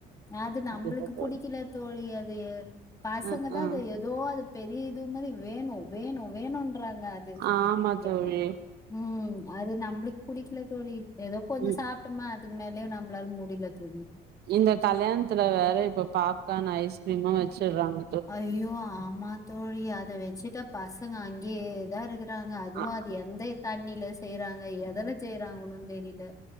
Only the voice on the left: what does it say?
அது நம்பளுக்கு
புடிக்கல தோழி அது பாசங்க
தா
அது எ தோ அது பெரிய இது மாரி வேணு வேணு வேணுன்றாங்க அது
ஏ ம் அது நம்பளுக்கு புடிக்கல தோழி எதோ கொஞ்சோ
சாப்ட்டமா இத்க் மேல்யு நம்ளால முடில தோழி
அய்யோ ஆமா தோழி அத வெச்சுட்டா பசங்க அங்கேயே தா இருக்கு றாங்க அதுவு
அது எந்த தண்ணில செய்யறாங்க எதுல செய்யறாங்கன்னு தெரியல